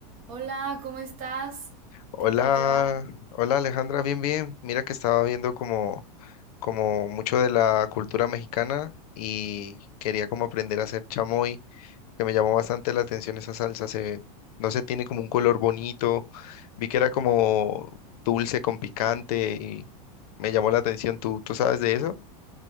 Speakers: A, on the right (about 55°); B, on the left (about 70°).
A: Hola, ¿cómo estás?
B: Hola,
A: ¿Qué tal te va?
B: hola Alejandra, bien, bien. Mira que estaba viendo como, como mucho de la cultura mexicana y quería como aprender a hacer chamoy, porque me llamó bastante la atención esa salsa. Se, no sé, tiene como un color bonito. Vi que era como dulce con picante y me llamó la atención. ¿Tú, tú sabes de eso?